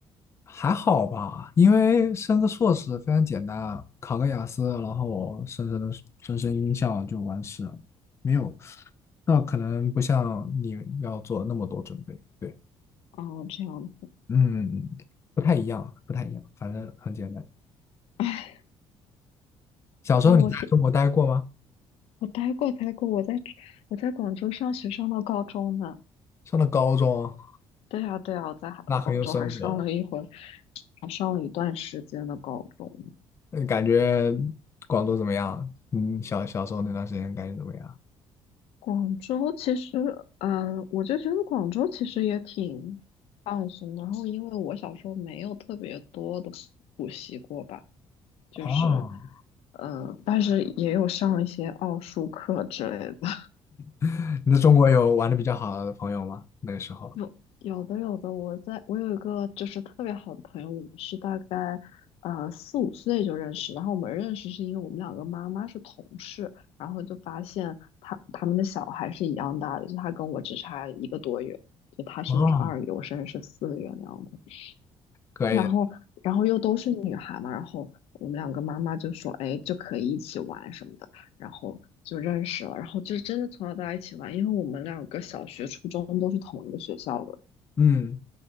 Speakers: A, on the left (about 25°); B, on the left (about 80°).
A: 还好吧，因为升个硕士非常简单啊，考个雅思，然后升升升升音效就完事了，没有，那可能不像你要做那么多准备，对。
B: 哦，这样子。
A: 嗯，不太一样，不太一样，反正很简单。
B: 哎
A: 小时候你在中国待过吗？
B: 那我天，我待过待过，我在我在广州上学上到高中呢。
A: 上了高中，
B: 对啊对啊，我在哈广州还上了一回，
A: 那很有生活了。
B: 还上了一段时间的高中。
A: 那你感觉广州怎么样？嗯，小小时候那段时间感觉怎么样？
B: 广州其实，嗯，我就觉得广州其实也挺放松的。然后，因为我小时候没有特别多的补习过吧，就是，
A: 哦，
B: 呃，但是也有上一些奥数课之类的。
A: <laughs> 你在中国有玩的比较好的朋友吗？那个时候？
B: 有有的有的，我在我有一个就是特别好的朋友，我们是大概呃四五岁就认识，然后我们认识是因为我们两个妈妈是同事，然后就发现他他们的小孩是一样大的，就他跟我只差一个多月，就他生日是二月，
A: 哦，
B: 我生日是四月那样子，
A: 可以的
B: 然后然后又都是女孩嘛，然后我们两个妈妈就说，哎，就可以一起玩什么的，然后就认识了，然后就真的从小到大一起玩，因为我们两个小学、初中都是同一个学校的。
A: 嗯，